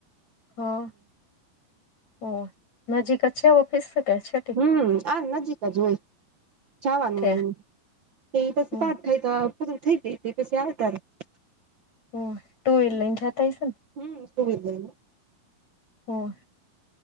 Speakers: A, on the left; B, on the right.
A: હા ઓ નજીક છે ઓફીસ કે છે.
B: હમ આ નજીક જ હોય જવાનું
A: ત્યાં
B: હોય એ પછ
A: હમ
B: થ તો પૂરું થઈ ગ તે પછી આવતારિયા.
A: હ ટુવિલ લઇન જ જાતાય છે ને?
B: હમ ટુવિલ લાઇન.
A: હો.